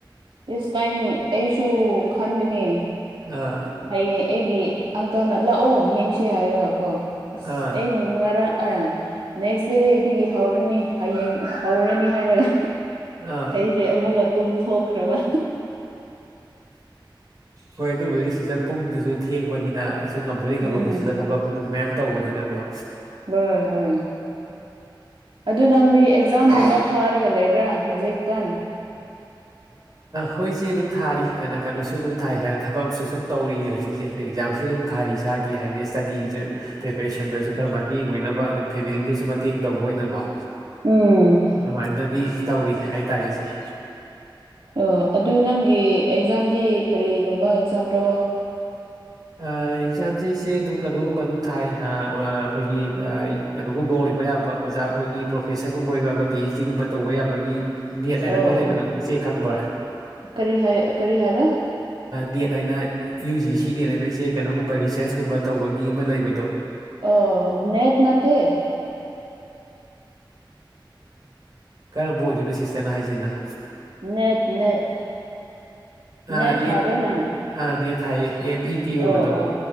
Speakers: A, on the right; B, on the right.
A: ꯗꯤꯁ ꯇꯥꯏꯝ ꯑꯩꯁꯨ ꯈꯟꯕꯅꯦ
B: ꯑꯥ
A: ꯍꯌꯦꯡ ꯑꯩꯒꯤ ꯑꯪꯀꯜꯅ ꯂꯥꯛꯑꯣ ꯌꯦꯡꯁ ꯍꯥꯏꯔꯒ ꯀꯣ ꯑꯁ
B: ꯑꯥ
A: ꯑꯩ ꯄꯨꯡ ꯉꯔꯥꯡ ꯅꯦꯛꯁ ꯗꯦꯗꯒꯤ ꯑꯗꯨꯒꯤ ꯍꯧꯔꯅꯤ ꯍꯌꯦꯡ ꯍꯧꯔꯅꯤ ꯍꯥꯏꯔꯒ
B: ꯑꯥ
A: ꯑꯩꯁꯦ ꯑꯃꯨꯛꯀ ꯇꯨꯝꯊꯣꯛꯈ꯭ꯔꯕ
B: ꯍꯣꯏ ꯑꯗꯨꯕꯨꯗꯤ ꯁꯤꯗ ꯄꯨꯡꯗꯨꯁꯨ ꯊꯦꯡꯕꯅꯤꯅ ꯁꯨ ꯉꯝꯃꯗꯤ
A: ꯎꯝ
B: ꯉꯝꯃꯕꯁꯤꯗ ꯊꯕꯛ ꯅꯨꯡ ꯃꯌꯥꯝ ꯇꯧꯕꯅꯤꯅꯀꯣ
A: ꯍꯣꯏ ꯍꯣꯏ ꯑꯗꯨ ꯅꯪꯗꯤ ꯑꯦꯛꯖꯥꯝꯒꯨꯝꯕ ꯊꯥꯔꯒ ꯂꯩꯕ꯭ꯔꯥ ꯍꯧꯖꯤꯀꯥꯟ
B: ꯍꯣꯏꯁꯦ ꯑꯗꯨꯝ ꯊꯥꯔꯤ ꯑꯗꯨꯅ ꯀꯩꯅꯣꯁꯨ ꯑꯗꯨꯝ ꯊꯥꯏ ꯍꯥꯏꯅ ꯊꯕꯛ ꯑꯃꯁꯨ ꯁꯨꯝ ꯇꯧꯔꯤ ꯍꯧꯖꯤꯛꯁꯦ ꯑꯦꯛꯖꯥꯝꯁꯨ ꯑꯗꯨꯝ ꯊꯥꯔꯤ ꯏꯁꯥꯒꯤ ꯍꯥꯏꯗꯤ ꯏꯁ꯭ꯇꯗꯤꯒꯤꯁꯨ ꯄ꯭ꯔꯤꯄꯦꯔꯦꯁꯟꯗꯁꯨ ꯈꯔ ꯃꯇꯦꯡ ꯑꯣꯏꯅꯕ ꯑꯗꯩ ꯐꯦꯃꯤꯂꯤꯗꯁꯨ ꯃꯇꯦꯡ ꯇꯧꯕ ꯑꯣꯏꯅꯕꯣ
A: ꯎꯝ
B: ꯑꯗꯨꯃꯥꯏꯅꯗꯤ ꯇꯧꯔꯤ ꯍꯥꯏꯇꯥꯔꯁꯦ
A: ꯑꯣ ꯑꯗꯨ ꯅꯪꯒꯤ ꯑꯦꯛꯖꯥꯝꯗꯤ ꯀꯔꯤꯒꯨꯝꯕ ꯑꯦꯛꯖꯥꯝꯔꯣ
B: ꯑꯦꯛꯖꯥꯝꯁꯤꯁꯦ ꯑꯗꯨꯝ ꯀꯩꯅꯣꯒꯨꯝꯕ ꯑꯗꯨꯝ ꯊꯥꯏ ꯑꯩꯈꯣꯏꯒꯤ ꯀꯩꯅꯣꯒꯨꯝꯕ ꯑꯣꯏꯕ ꯌꯥꯕ ꯑꯣꯖꯥ ꯑꯣꯏꯒꯤ ꯄ꯭ꯔꯣꯐꯦꯁꯔꯒꯨꯝꯕ ꯑꯣꯏꯕ ꯌꯥꯕ ꯄꯤ ꯑꯩꯆ ꯗꯤꯒꯨꯝꯕ ꯇꯧꯕ ꯌꯥꯕꯒꯤ ꯅꯦꯠ ꯍꯥꯏꯅ
A: ꯑꯣ
B: ꯑꯃ ꯂꯩꯕꯗꯨ
A: ꯑꯣ
B: ꯏꯆꯦ ꯈꯪꯕ꯭ꯔꯥ
A: ꯀꯔꯤ ꯍꯥꯏ ꯀꯔꯤ ꯍꯥꯏꯕ
B: ꯅꯦꯠ ꯍꯥꯏꯅ ꯌꯨ ꯖꯤ ꯁꯤ ꯅꯦꯠ ꯍꯥꯏꯅ ꯏꯆꯦ ꯀꯩꯅꯣꯒꯨꯝꯕ ꯔꯤꯁꯔꯁ ꯀꯨꯝꯕ ꯇꯧꯕꯒꯤ ꯑꯃ ꯂꯩꯕꯗꯣ
A: ꯑ ꯅꯦꯠ ꯅꯇ
B: ꯀꯔꯝꯕ ꯑꯣꯏꯗꯣꯏꯅꯣ ꯁꯤꯁꯇꯔꯅ ꯍꯥꯏꯁꯤꯅ
A: ꯅꯦꯠ ꯅꯦꯠ ꯅꯦꯠ
B: ꯑꯥ ꯅꯠ
A: ꯊꯥꯗꯦ ꯅꯪ
B: ꯑꯥ ꯅꯦꯠ ꯍꯥꯏꯌꯦ ꯑꯦꯟ ꯏ ꯇꯤ ꯑꯣꯏꯕꯗꯣ
A: ꯑꯣ ꯑꯣ